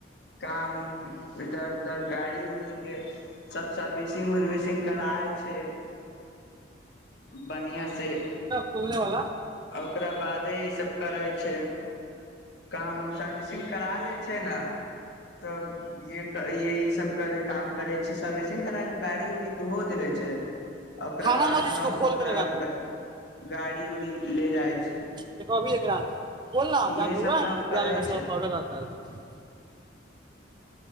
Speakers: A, on the left (about 60°); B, on the right (about 25°).
A: काम उम इधर-उधर। गाड़ी-उड़ी के सब सर्विसिंग-उर्विसिंग कराबै छै। बढ़िआ से
B: खोलने वाला
A: ओकरा बादे ई सब। करै छै। काम उम सर्विसिंग करा ले छै, ने तब ये ये ई सब कर काम करे छै, सर्विस। चि। गाड़ी उड़ी धो देले छै ओकरा
B: खाना
A: बाद।
B: मत इसको
A: त हम
B: खोल
A: ओकरा
B: के लगा ले
A: ग गाड़ी-उड़ी ले जाइ छै
B: देख अभी एक रात बोलना जहाँ
A: इहे
B: त हुआ
A: सब
B: है
A: तऽ हम
B: जहाँ
A: करै
B: से
A: छै
B: पाउडर रहता है उसमें।